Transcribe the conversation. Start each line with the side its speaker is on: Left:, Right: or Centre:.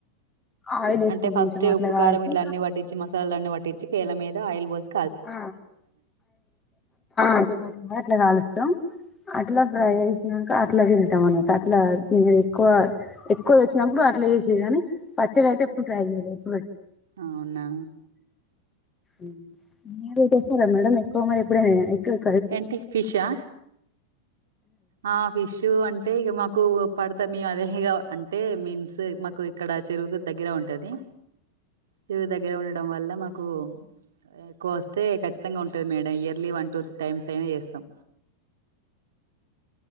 Left: ఆయిల్ వేసుకొని
Right: అంటే ఫస్ట్
Left: కొంచెం అట్లా
Right: ఉప్పుకారం
Left: కాల్చి
Right: ఇట్ల అన్ని పట్టించి మసాలాలన్ని పట్టించి పేల మీద అయల్ బోస్
Left: అ అట్లా కాలుస్తాం అట్లా ఫ్రై క అట్లా తింటాం అనకు అట్లా ద ఎక్కువ ఎక్కువ వచ్చినప్పుడు అట్లా ని పచ్చే రతే - <inaudible>
Right: అవునా
Left: ఉమ్ మీరు చేస్తారా మేడం ఎక్కువ మరి ఇప్పుడు ఎ
Right: ఏంటి ఫిషా ఆ ఫిష్ అంటే ఇగా మాకు పడతా మేము అదేగా అంటే మీన్స్ మాకు ఇక్కడ చెరువుకు దగ్గర ఉంటది చెరుగు దగ్గర ఉండడం వల్ల మాకు కు ఎక్కువ వస్తే ఖచ్చితంగా ఉంటుంది madam yearly one two times అయినా చేస్తాం